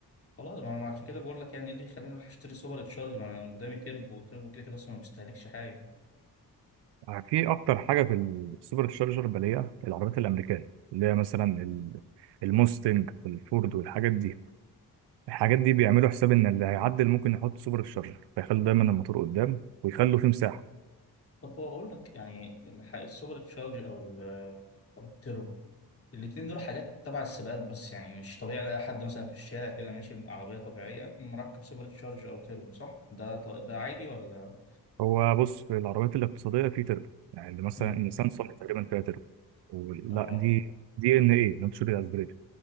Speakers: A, on the left; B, on the right.
A: خلاص ما أنا عشان كده بقول لك يعني إيه اللي يخليني أروح أشتري سوبر تشارج ما أنا قدامي تربو والتربو كده كده أصلا ما بيستهلكش حاجة
B: آه، في أكتر حاجة في السوبر تشارجر بلاقيها العربيات الأمريكية اللي هي مثلا ال- الموستنج والفورد والحاجات دي الحاجات دي بيعملوا حساب إن اللي هيعدل ممكن يحط سوبر تشارجر فيخلوا دايما الموتور قدام ويخلوا فيه مساحة
A: طب هو بقول لك يعني الح- السوبر تشارج او ال- او التربو الاتنين دول حاجات تبع السباقات بس يعني مش طبيعي الاقي حد مثلا في الشارع كده ماشي بعربيه طبيعيه مركب سوبر تشارج او تربو صح ده ط- ده عادي ولا
B: هو بص في العربيات الاقتصادية في تربو يعني اللي مثلا
A: امم
B: النيسان صني تقريبا فيها تربو وال-
A: اه
B: لا دي دي ان ايه ناتشورال اسبريتد